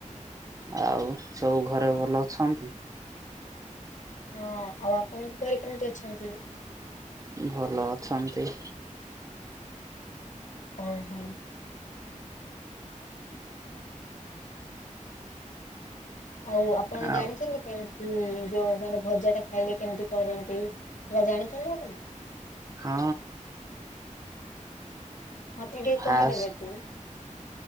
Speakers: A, on the right; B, on the left.
A: ଆଉ ସବୁ ଘରେ ଭଲ ଅଛନ୍ତି?
B: ହଁ ଆଉ ଆପଣଙ୍କ ଘରେ କେମିତି ଅଛନ୍ତି?
A: ଭଲ ଅଛନ୍ତି।
B: ଓ ହୋ। ଆଉ ଆପଣ
A: ଆଉ
B: ଜାଣିଚନ୍ତି କେମ୍ ଉଁ ଯୋଉ ମାନେ ଭଜାଟା ଖାଇଲେ କେମିତି କରନ୍ତି ସେଟା ଜାଣିଛନ୍ତି ଆପଣ?
A: ହଁ।
B: ମତେ ଟିକେ
A: ଫାଷ୍ଟ
B: କହିଦେବେ କି?